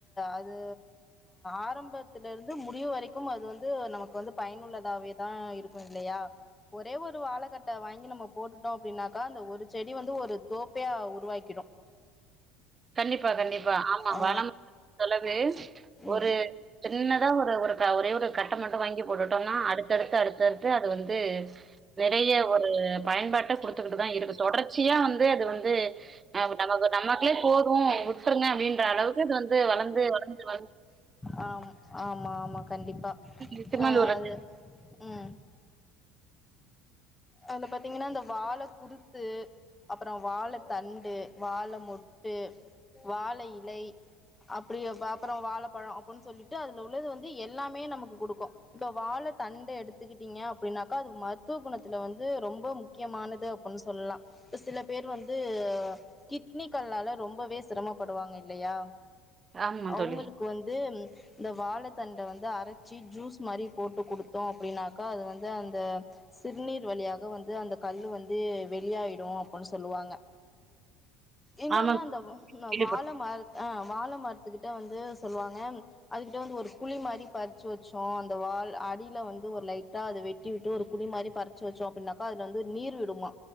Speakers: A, on the left (about 15°); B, on the right (about 30°).
A: அது ஆரம்பத்திலருந்து முடிவு வரை க்கும் அது வந்து நமக்கு வந்து பயனுள்ளதாவே தா இருக்கு இல்லையா ஒரே ஒரு வாழகட்டை வாங்கி நம்ம போட்டுட்டோ அப்டின்னாக்கா அந்த ஒரு செடி வந்து ஒரு தோப்பே உருவாக்கிடு
B: கண்டிப்பா கண்டிப்பா ஆமா
A: ஆ
B: வாழமரத்த பொருத்லவு ஒரு
A: ம்
B: சின்னதா ஒரு ஒரு ஒரே ஒரு கட்டை மட்டு வாங்கி போட்டுட்டோனா அடுத்தடுத்து அடுத்தடுத்து அது வந்து நெறய ஒரு பயன்பாட்ட குடுத் தா இருக்கு தொடர்ச்சியா வந்து அது வந்து நமக்கு நமக்குளே போது வுட்டுருங்க அப்டின்ற அளவுக்கு இது வந்து வளந்து வளந்து
A: ஆ ஆமா ஆமா கண்டிப்பா
B: நிச்சயமா
A: ஆ
B: ஒரு
A: அது உம்
B: <inaudible>
A: அதுல பாத்தீங்கன்னா அந்த வாழை குறுத்து அப்புற வாழ தண்டு வாழ மொட்டு வாழ இலை அப்டி அப்புற வாழைப்பழம் அப்டி சொல்லிட்டு அதுல உள்ளது வந்து எல்லாமே நமக்கு குடுக்கு இப்ப வாழ தண்டை எடுத்துக்கிட்டீங்க அப்டின்னாக்கா அதுக்கு மருத்துவ குணத்துல வந்து ரொம்ப முக்கியமானது அப் ன் சொல்லலா சில பேர் வந்து கிட்னி கல்லால ரொம்பவே சிரமப்படுவாங்க இல்லையா
B: ஆமா
A: அவ்ங்களுக்கு
B: தோழி
A: வந்து இந்த வாழ தண்டை வந்து அரைச்சி ஜூஸ் மாரி போட்டு குடுத்தோ அப்டின்னாக்கா அது வந்து அந்த சிறுநீர் வழியாக வந்து அந்த கல்லு வந்து வெளியாயிடு அப்புன் சொல்லுவாங்க இன்னொன்னு
B: ஆமா
A: அந்த
B: கேள்விப்பட்
A: வாழ மர ஆ வாழ மரத்துக்கிட்ட வந்து சொல்வாங்க அதுகிட்ட வந்து ஒரு குழி மாரி பறிச்சு வச்சோ அந்த வால் அடியில வந்து ஒரு லைட்டா அத வெட்டி விட்டு ஒரு குழி மாரி பறிச்சு வச்சோ அப்டின்னாக்கா அதுல வந்து நீர் விடுமா